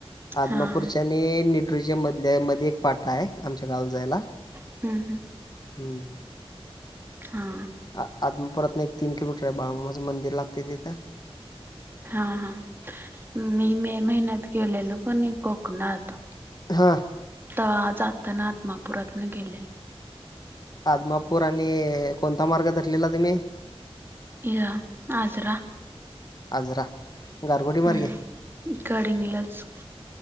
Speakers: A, on the left (about 40°); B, on the right (about 20°).
A: आदमापूरच्या
B: हा हा
A: आणि न्यूट्रीजीअम मधल्या मध्ये एक फाटा आहे आमच्या गाव जायला.
B: हम्म हम्म
A: हम्म
B: हा
A: आ आदमापूरातून एक तीन किलोमीटर आहे बाळूमामाचं मंदिर लागते तिथ
B: हा हा मी मे महीन्यात गेलेलो का नाही कोकणात
A: हा
B: तवा जाताना आदमापुरातन गेलेलं.
A: आदमापूर आणि कोणता मार्ग झरलेला तुम्ही?
B: या आदरा.
A: आजरा. गारगोटी
B: हम्म
A: मार्गे?
B: गडिंगलाच.